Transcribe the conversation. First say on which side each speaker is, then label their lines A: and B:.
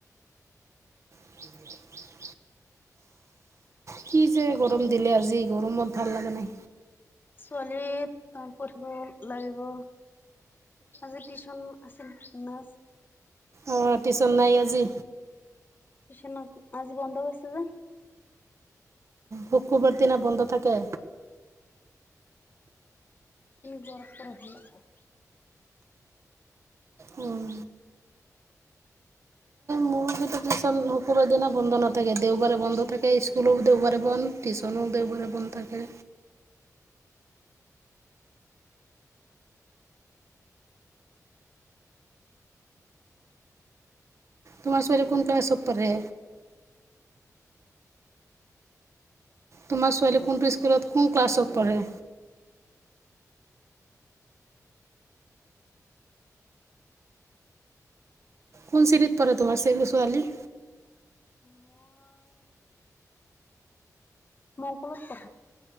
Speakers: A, on the right; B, on the left.
A: <unintelligible> কি যে গৰম দিলে আজি, গৰমত ভাল লাগা নাই।
B: ছোৱালী প্ৰথম পঢ়িব লাগিব। আজি টিউশ্যন আছিল না?
A: অঁ টিউশ্যন নাই আজি।
B: টিউশ্যন আজি বন্ধ কৰিছে যেন।
A: শুক্ৰবাৰ দিনা বন্ধ থাকে।
B: সেইকাৰণে ঘৰত পঢ়িব লাগব।
A: উম।
B: <unintelligible>
A: মোৰ কিন্তু টিউশ্যন শুক্ৰবাৰে দিনা বন্ধ নাথাকে। দেওবাৰে বন্ধ থাকে স্কুলো দেওবাৰে বন্ধ। টিউশ্যনো দেওবাৰে বন্ধ থাকে। তোমাৰ ছোৱালী কোন ক্লাছত পঢ়ে? তোমাৰ ছোৱালী কোনটো স্কুলত, কোন ক্লাছত পঢ়ে? কোন শ্ৰেণীত পঢ়ে তোমাৰ চেৰি ছোৱালী?
B: মই, <unintelligible> কথা